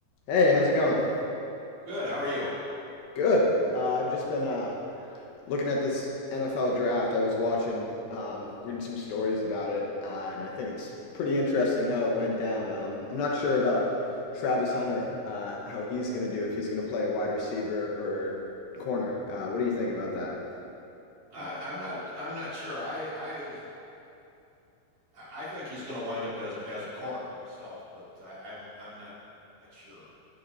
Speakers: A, on the left (about 70°); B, on the right (about 45°).
A: Hey, how's it going?
B: Good. How are you?
A: Good. Uh, I've just been uh, looking at this NFL draft. I was watching, um, reading some stories about it, uh, and I think it's pretty interesting how it went down. Um, I'm not sure about Travis Hunter, uh, how he's going to do, if he's going to play wide receiver or corner. Uh, what do you think about that?
B: I, I'm not. I'm not sure. I. I. I think he's going to wind up as as a corner myself, but I, I'm. I'm not, not sure.